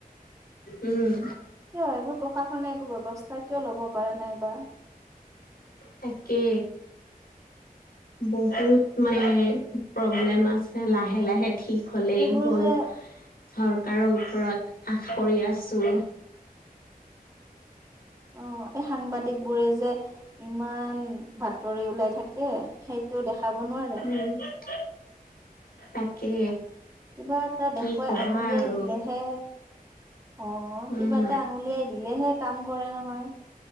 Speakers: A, on the left (about 80°); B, on the right (about 20°).
A: উম।
B: কিয় এইবোৰ প্ৰশাসনে একো ব্যৱস্থা কিয় ল'ব পৰা নাই বা?
A: তাকে। বহুত মানে প্ৰব্লেম আছে লাহে লাহে। ঠিক হ'লেই
B: এইবোৰ
A: হ'ল
B: যে
A: চৰকাৰৰ ওপৰত আশা কৰি আছো।
B: অ এই সাংবাদিকবোৰে যে ইমান বাতৰি ওলাই থাকে সেইটো দেখাব নোৱাৰে।
A: <unintelligible> তাকে।
B: কিবা এটা
A: কি
B: দেখুৱাই
A: কবা
B: আঙুলিয়াই
A: আৰু
B: দিলেহে অ
A: উম
B: কিবা এটা আঙুলিয়াই দিলেহে কাম কৰে নহয়।